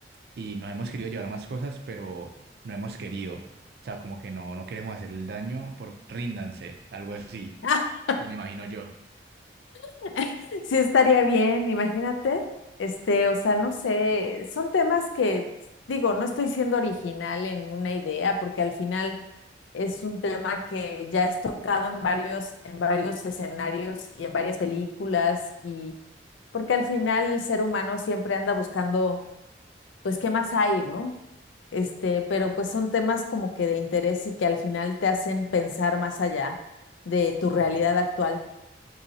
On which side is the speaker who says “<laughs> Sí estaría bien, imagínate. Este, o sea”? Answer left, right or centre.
Left